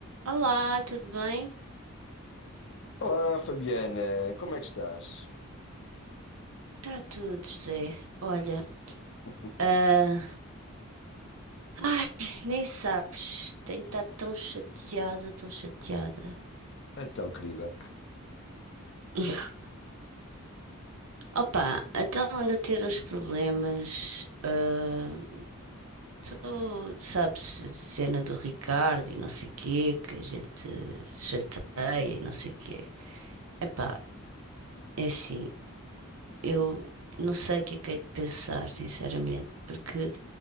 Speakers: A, on the right; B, on the left.
A: Olá, tudo bem?
B: Olá, Fabiana, como é que estás?
A: Tá tudo, José. Olha,
B: <laughs>
A: ah, ai, nem sabes, tenho estado tão chateada, tão chateada.
B: Então, querida,
A: <laughs> Opa, então ando a ter uns problemas. ah, tu sabes, a cena do Ricardo e não sei o quê, que a gente chateia e não sei o quê. Epá, é assim, eu não sei o que é que hei de pensar, sinceramente, porque.